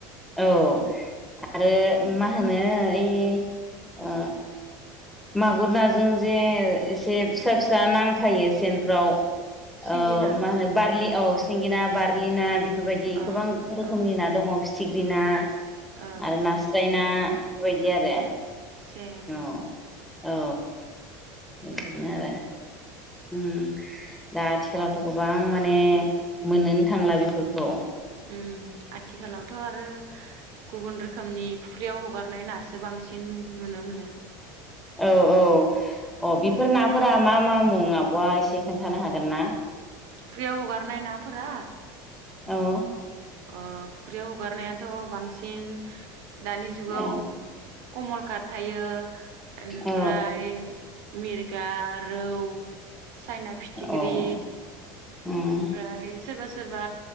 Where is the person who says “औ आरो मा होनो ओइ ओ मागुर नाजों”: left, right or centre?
Centre